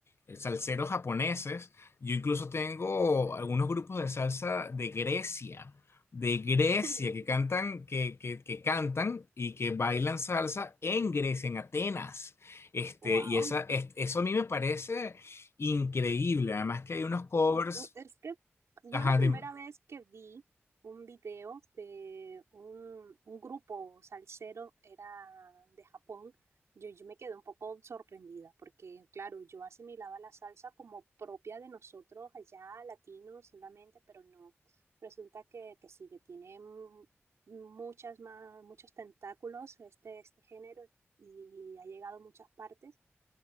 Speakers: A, on the left; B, on the right.
A: eh, salseros japoneses. Yo incluso tengo algunos grupos de salsa de Grecia, de Grecia,
B: <laughs>
A: que cantan, que, que, que cantan y que bailan salsa en Grecia, en Atenas. Este,
B: Wow.
A: y esa, es- eso a mí me parece increíble. Además que hay unos covers.
B: Es que yo
A: Ajá,
B: la primera
A: dime.
B: vez que vi un video de un, un grupo salsero era de Japón, yo, yo me quedé un poco sorprendida porque, claro, yo asimilaba la salsa como propia de nosotros allá, latinos solamente, pero no. Resulta que, que sí, que tiene mm, muchas más, muchos tentáculos este, este género y ha llegado a muchas partes.